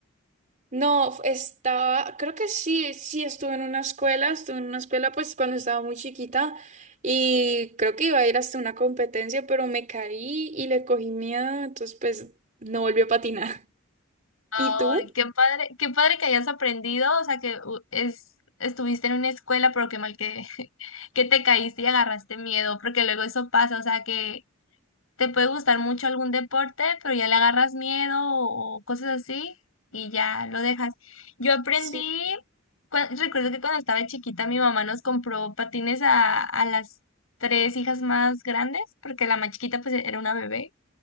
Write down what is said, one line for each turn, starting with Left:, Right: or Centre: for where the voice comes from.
Right: No, estaba, creo que sí, sí estuve en una escuela, estuve en una escuela pues cuando estaba muy chiquita y creo que iba a ir hasta una competencia, pero me caí y le cogí miedo, entonces pues no volví a patinar.
Left: Ay,
Right: ¿Y tú?
Left: qué padre, qué padre que hayas aprendido, o sea, que u- es estuviste en una escuela, pero qué mal que <laughs> que te caíste y agarraste miedo, porque luego eso pasa, o sea, que te puede gustar mucho algún deporte, pero ya le agarras miedo o, o cosas así y ya lo dejas. Yo aprendí,
Right: Sí,
Left: cua- recuerdo que cuando estaba chiquita mi mamá nos compró patines a, a las tres hijas más grandes, porque la más chiquita pues era una bebé.